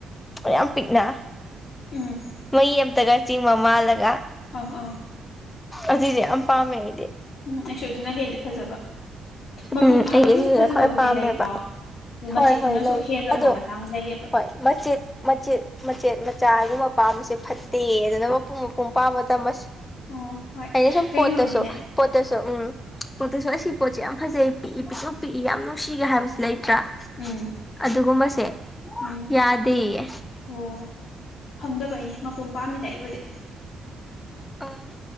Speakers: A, on the left (about 20°); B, on the left (about 65°).
A: ꯌꯥꯝ ꯄꯤꯛꯅ
B: ꯎꯝ
A: ꯃꯩ ꯑꯃꯝꯇꯒ ꯆꯤꯡꯕ ꯃꯥꯜꯂꯒ
B: ꯑꯪ ꯑꯪ
A: ꯑꯗꯗꯤ ꯌꯥꯝ ꯄꯝꯃꯦ ꯑꯩꯗꯤ
B: ꯎꯝ ꯑꯩꯁꯨ ꯑꯗꯨꯅ ꯍꯦꯜꯂꯤ ꯐꯖꯕ ꯃꯄꯨꯡ
A: ꯎꯝ
B: ꯐꯥꯕꯒꯤꯁꯨ
A: ꯑꯩꯒꯤꯁꯤꯁꯤꯅ
B: ꯐꯖꯕꯕꯨꯗꯤ
A: ꯈ꯭ꯋꯥꯏ ꯄꯥꯝꯃꯦꯕ
B: ꯂꯩꯀꯣ ꯑꯗꯨ
A: ꯍꯣꯏ
B: ꯃꯆꯦꯠꯇꯨꯅꯁꯨ
A: ꯍꯣꯏ ꯂꯩ
B: ꯍꯦꯜꯂꯛꯄ
A: ꯑꯗꯣ
B: ꯃꯇꯥꯡ ꯂꯩꯌꯦꯕ
A: ꯍꯣꯏ ꯃꯆꯦꯠ ꯃꯆꯦꯠ ꯃꯆꯦꯠ ꯃꯆꯥꯒꯨꯝꯕ ꯄꯥꯝꯕꯁꯦ ꯐꯠꯇꯦ ꯑꯗꯨꯅ ꯃꯄꯨꯡ ꯃꯄꯨꯡ ꯄꯥꯝꯕꯗ ꯃꯁ
B: ꯑꯣ ꯍꯣꯏ
A: ꯑꯩꯅ ꯁꯨꯝ
B: ꯀꯩꯅꯣꯒꯤꯅꯦ
A: ꯄꯣꯇꯥꯁꯣ ꯄꯇꯥꯁꯣ ꯎꯝ ꯄꯇꯁꯣ ꯁꯤ ꯄꯣ ꯐꯖꯩ ꯄꯤꯛꯏ ꯄꯤꯛꯁꯨ ꯄꯤꯛꯏ ꯌꯥꯝ ꯅꯨꯡꯁꯤꯒꯦ ꯍꯥꯏꯕꯁꯨ ꯂꯩꯇ꯭ꯔꯥ
B: ꯎꯝ
A: ꯑꯗꯨꯒꯨꯝꯕꯁꯦ
B: ꯎꯝ
A: ꯌꯥꯗꯦꯌꯦ
B: ꯑꯣ ꯐꯪꯗꯕꯩꯅꯤ ꯃꯄꯣꯝ ꯄꯥꯝꯃꯤꯗ ꯑꯩꯕꯨꯗꯤ
A: ꯎꯝ